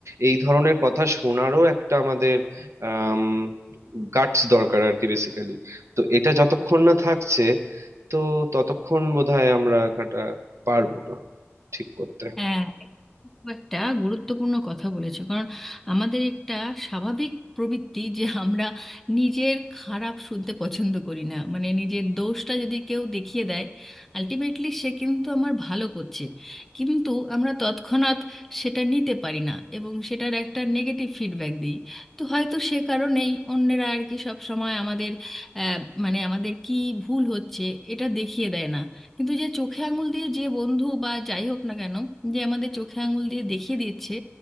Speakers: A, on the right; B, in the centre.
A: এই ধরনের কথা শোনারও একটা আমাদের আম গাটস দরকার আর কি বেসিক্যালি তো এটা যতক্ষণ না থাকছে তো ততক্ষণ বোধহয় আমরা কাটা পারবো না ঠিক করতে
B: হ্যাঁ খুব একটা গুরুত্বপূর্ণ কথা বলেছো কারণ আমাদের একটা স্বাভাবিক প্রবৃত্তি যে আমরা নিজের খারাপ শুনতে পছন্দ করি না মানে নিজের দোষটা যদি কেউ দেখিয়ে দেয় আলটিমেটলি সে কিন্তু আমার ভালো করছে কিন্তু আমরা তৎক্ষণাৎ সেটা নিতে পারি না এবং সেটার একটা নেগেটিভ ফিডব্যাক দিই তো হয়তো সে কারণেই অন্যেরা আর কি সব সময় আমাদের আহ, মানে আমাদের কি ভুল হচ্ছে এটা দেখিয়ে দেয় না কিন্তু যে চোখে আঙুল দিয়ে যে বন্ধু বা যাই হোক না কেন যে আমাদের চোখে আঙুল দিয়ে দেখিয়ে দিচ্ছে